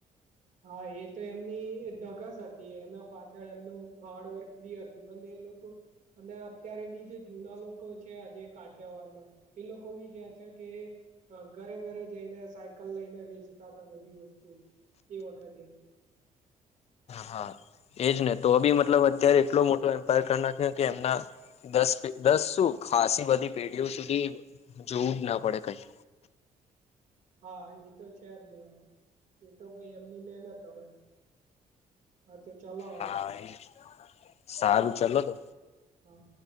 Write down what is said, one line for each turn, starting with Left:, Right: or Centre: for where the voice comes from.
Right: હા, એ તો એમની ધગસ હતી, એના પાછળ એમનું હાર્ડવર્ક બી હતું. અને એ લોકો અને અત્યારે બી જે જૂના લોકો છે, આજે કાઠિયાવાડના એ લોકો બી કે છે કે અ ઘરે ઘરે જઈને સાયકલ લઈને વેચતા તા બધી વસ્તુ. એ વખતે.
Left: હા. એજ ને. તો બી મતલબ અત્યારે એટલો મોટો એમ્પાયર કર નાખ્યો, કે એમના દસ પે, દસ શું ખાસી બધી પેઢીઓ સુધી જોવું જ ના પડે કંઈ.
Right: હા, એ તો છે જ ને. એ તો ભઈ એમની મહેનત, હવે. હા તે ચાલો હવે
Left: હા એ જ. સારું ચલો તો.
Right: હા.